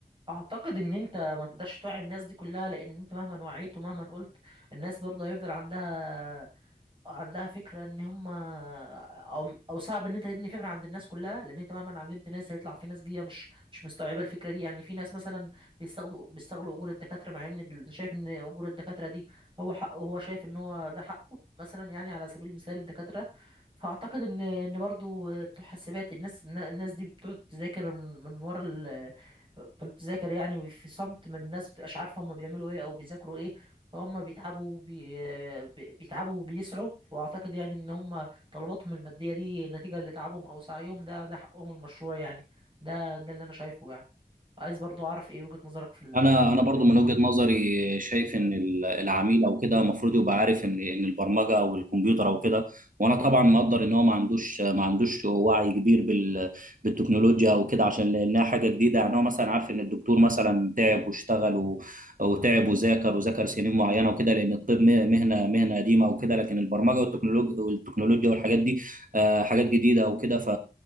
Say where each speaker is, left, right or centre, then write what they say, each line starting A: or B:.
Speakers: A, on the right (about 30°); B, on the right (about 55°).
A: اعتقد ان انت ما تقدرش توعي الناس دي كلها لان انت مهما وعيت ومهما قلت الناس برضه هيفضل عندها عندها فكرة ان هم او او صعب ان انت تبني فكرة عند الناس كلها لان انت مهما علمت ناس هيطلع في ناس جديدة مش مش مستوعبة الفكرة دي يعني في ناس مثلا بيستخدموا بيستغلوا اجور الدكاترة مع ان ال- شايف ان اجور الدكاترة دي هو حقه هو شايف ان هو ده حقه مثلا يعني على سبيل المثال الدكاترة فاعتقد ان ان برضو بتوع حاسبات الناس الناس دي بتقعد تذاكر من من ورا ال بتقعد تذاكر يعني في صمت من الناس بتبقاش عارفة هم بيعملوا ايه او بيذاكروا ايه فهم بيتعبوا وبي... بي- بيتعبوا وبيسعوا واعتقد يعني ان هم طلباتهم الماديه دي نتيجه لتعبهم او سعيهم ده ده حقهم المشروع يعني ده ده اللي انا شايفه يعني عايز برضو اعرف ايه وجهه نظرك في ال-
B: انا
A: في الموضوع
B: انا برضو
A: ده
B: من وجهة نظري شايف ان ال- العميل او كده المفروض يبقى عارف ان ان البرمجه او الكمبيوتر او كده وانا طبعا مقدر ان هو ما عندوش ما عندوش وعي كبير بال بالتكنولوجيا او كده عشان لانها حاجه جديده يعني هو مثلا عارف ان الدكتور مثلا تعب واشتغل و- وتعب وذاكر وذاكر سنين معينه وكده لان الطب م- مهنه مهنه قديمه وكده لكن البرمجه والتكنولوج- والتكنولوجيا والحاجات دي آه، حاجات جديده او كده ف